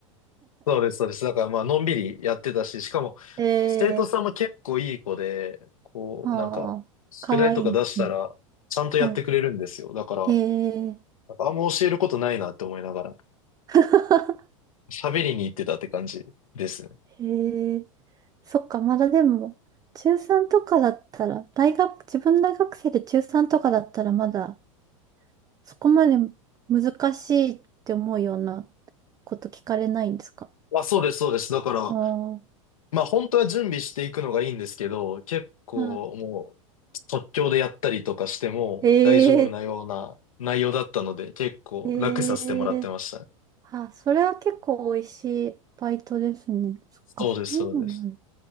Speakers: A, on the left; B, on the right.
A: そうです、そうです。だから、まあ、のんびりやってたし、しかも、
B: <laughs>
A: 生徒さんも結構いい子で、
B: ええ
A: こう、
B: あ
A: なんか、
B: あ、
A: 宿題とか出したら、
B: かわいいんですね。
A: ちゃんとやってくれるんですよ。
B: はい。
A: だから、
B: へえ、
A: なんかあんま教えることないなって思いながら、
B: <laughs>
A: 喋りに行ってたって感じですね。
B: へえ。そっか、まだでも、中3とかだったら、大学、自分大学生で中3とかだったら、まだ、そこまで難しいって思うようなこと聞かれないんですか
A: あ、そうです、そうです。だから、
B: ああ、
A: まあ本当は準備していくのがいいんですけど、結構もう即興でやったりとかしても大丈夫なような内容だったので、
B: うんへえ、
A: 結構楽させてもらってましたね。
B: へえ。あ、それは結構美味しいバイトですね。そっか、
A: そうです、
B: そういうのがある。
A: そうです。